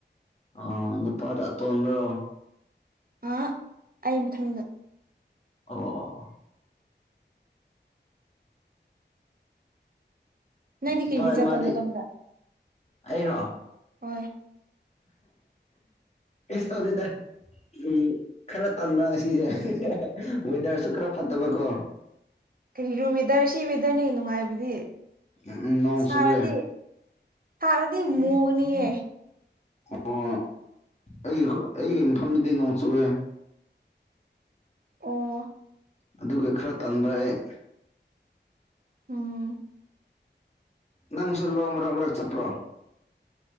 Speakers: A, on the left (about 35°); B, on the right (about 50°).
A: ꯑ ꯅꯨꯄꯥꯗ ꯑꯇꯣꯟꯕ꯭ꯔꯣ
B: ꯑ ꯑꯩ ꯃꯊꯪꯗ
A: ꯑꯣ ꯑꯣ
B: ꯅꯪꯗꯤ
A: ꯏꯐ
B: ꯀꯔꯤꯒꯤ ꯆꯠꯇꯕ꯭ꯔꯣ
A: ꯃꯥꯗꯤ
B: ꯅꯪꯗ
A: ꯑꯩꯔꯣ
B: ꯍꯣꯏ
A: ꯀꯁ ꯇꯧꯗꯣꯏꯗ ꯎꯝ ꯈꯔ ꯇꯟꯥꯟꯕ ꯉꯁꯤꯁꯦ ꯋꯦꯗꯔꯁꯨ ꯈꯔ ꯐꯠꯇꯕ ꯀꯣ
B: ꯀꯔꯤꯔꯣ ꯋꯦꯗꯔ ꯁꯤ ꯋꯦꯗꯔꯅꯤ ꯅꯨꯡꯉꯥꯏꯕꯗꯤ
A: ꯎꯝ ꯅꯣꯡ
B: ꯁꯥꯔꯗꯤ
A: ꯆꯨꯑꯦ
B: <unintelligible> ꯃꯨꯒꯅꯤꯌꯦ
A: ꯑꯣ ꯑꯩꯒꯤ ꯑꯩꯒꯤ ꯃꯐꯝꯗꯤ ꯅꯣꯡ ꯆꯨꯑꯦ
B: ꯑꯣ
A: ꯑꯗꯨꯒ ꯈꯔ ꯇꯟꯕ ꯏꯩ
B: ꯎꯝ
A: ꯅꯪꯁꯨ ꯂꯧ ꯃꯔꯛ ꯃꯔꯛ ꯆꯠꯄ꯭ꯔꯣ